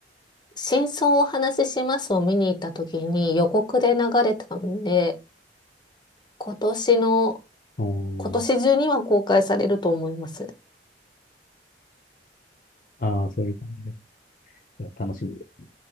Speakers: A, on the left (about 25°); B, on the left (about 50°).
A: 真相をお話ししますを見に行った時に予告で流れたので、今年の
B: あー
A: 今年中には公開されると思います。
B: あー、そういう感じです。いや楽しみですね。